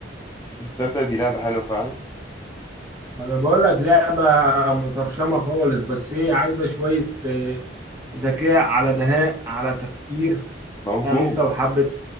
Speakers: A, on the left; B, on the right.
A: بس تصدق دي لعبة حلوة فعلا
B: ما انا بقول لك لعبه مترشمه خالص بس هي عايزه شويه آه، ذكاء على دهاء على تفكير
A: موجود
B: فاهم انت وحبه